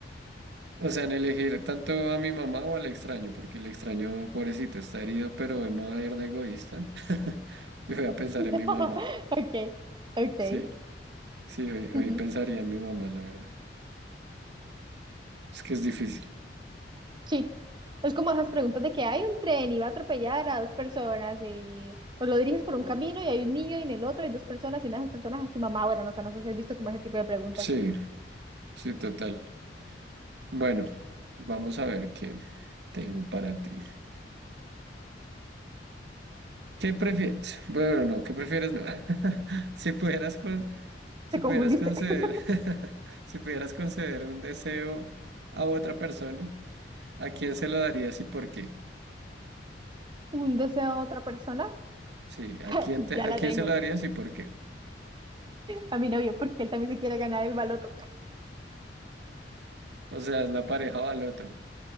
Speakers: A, on the right (about 65°); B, on the right (about 25°).
A: o sea, en elegir tanto a mi mamá o al extraño, porque el extraño, pobrecito, está herido, pero hoy me voy a ir de egoísta. <laughs> Yo voy a pensar
B: <laughs>
A: en mi mamá.
B: Ok, ok.
A: Sí, sí, hoy, hoy
B: Ujú.
A: pensaría en mi mamá, la verdad. Es que es difícil.
B: Sí, es como esas preguntas de que hay un tren y va a atropellar a dos personas y pues lo diriges por un camino y hay un niño y en el otro hay dos personas y una de esas personas es tu mamá. Bueno, no sé, no sé si has visto como ese tipo de preguntas.
A: Sí. Sí, total. Bueno, vamos a ver qué tengo para ti. ¿Qué prefieres? <laughs> Bueno, no, ¿qué prefieres? No. <laughs> Si pudieras con, si
B: Te confundiste.
A: pudieras conceder,
B: <laughs>
A: <laughs> si pudieras conceder un deseo a otra persona, ¿a quién se lo darías y por qué?
B: Un deseo de otra persona,
A: Sí, ¿a
B: <laughs>
A: quién
B: ya
A: te,
B: la
A: a quién
B: tengo.
A: se lo darías y por qué?
B: A mi novio, porque él también se quiere ganar el baloto.
A: O sea, es la pareja o al otro.